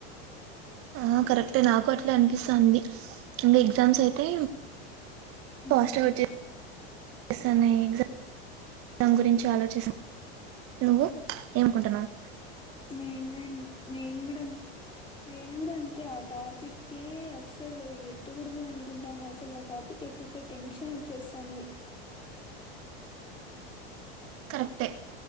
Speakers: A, on the right; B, on the left.
A: ఆ కరెక్టే నాకు అట్లా అనిపిస్తాంది ఇంగా ఎగ్జామ్స్ అయితే
B: ఉమ్
A: ఫాస్ట్గా వచ్చేస్తాన్నాయి ఎగ్జామ్ గురించి ఆలోచస్తా నువ్వు ఏమనుకుంటున్నావు
B: నేనేన్ నేను కూడా నేను కూడా అంతే ఆ టాపికే అసలు ఎత్తకూడదు అనుకుంటాన్నా అసలు ఆ టాపిక్ ఎత్తితే టెన్షన్ వచ్చేస్తాంది
A: కరెక్టే